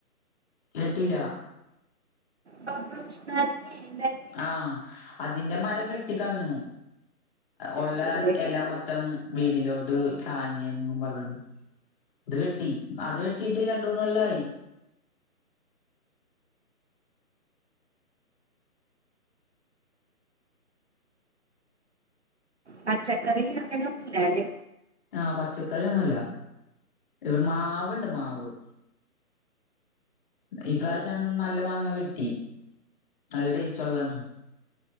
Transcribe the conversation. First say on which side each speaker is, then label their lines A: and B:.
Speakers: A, on the left; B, on the right.
A: കേട്ടില്ല?
B: ബബൾസ് നാരങ്ങേ എന്തായി?
A: ആഹ് അതിന്റെ മരം വെട്ടി കളഞ്ഞു. ഒള്ള
B: അതെ.
A: എല മൊത്തം വീട്ടിലോട്ട് ചാഞ്ഞ് പറഞ്ഞോണ്ട്. ഇത് വെട്ടി അത് വെട്ടിട്ട് രണ്ട് മൂന്നൊല്ലായി.
B: പച്ചക്കറി അങ്ങനെ ഒന്നും ല്ലാല്ലേ?
A: ആഹ് പച്ചക്കറിയൊന്നുല്ല ഇവ്ടെ മാവ്ണ്ട് മാവ്. ഈ പ്രാവശ്യം നല്ല മാങ്ങ കിട്ടി നല്ല ടേസ്റ്റുള്ള രണ്ടണം